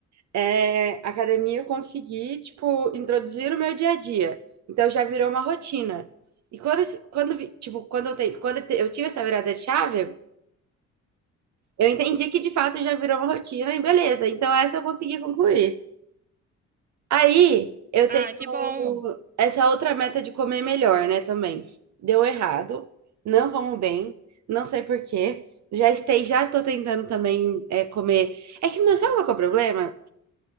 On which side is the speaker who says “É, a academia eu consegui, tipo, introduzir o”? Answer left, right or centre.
Right